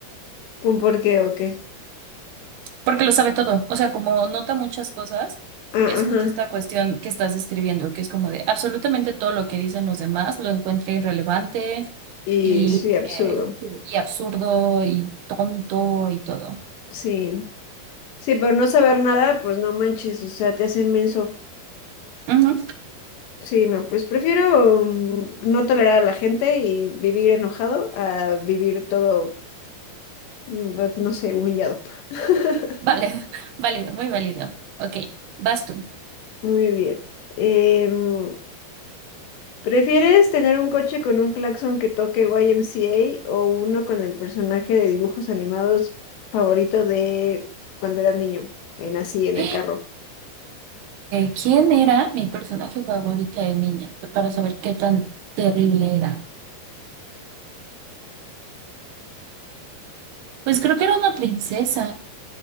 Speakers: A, on the left; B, on the right.
A: con por qué o qué.
B: Porque lo sabe todo. O sea, como nota muchas cosas,
A: Ah,
B: es
A: ajá.
B: justo esta cuestión que estás describiendo, que es como de absolutamente todo lo que dicen los demás lo encuentra irrelevante
A: Y
B: y,
A: sí, absurdo.
B: eh, y absurdo y tonto y todo.
A: Sí. Sí, por no saber nada, pues no manches, o sea, te hace inmenso.
B: Ujú.
A: Sí, no, pues prefiero mm, no tolerar a la gente y vivir enojado a vivir todo, mm, but- no sé, humillado. <laughs>
B: Vale, <laughs> válido, muy válido. Ok, vas tú.
A: Muy bien. Em, ¿prefieres tener un coche con un claxon que toque YMCA o uno con el personaje de dibujos animados favorito de cuando eras niño, en así, en
B: Ok,
A: el carro?
B: ¿Quién era mi personaje favorita de niña? Para saber qué tan terrible era. Pues creo que era una princesa.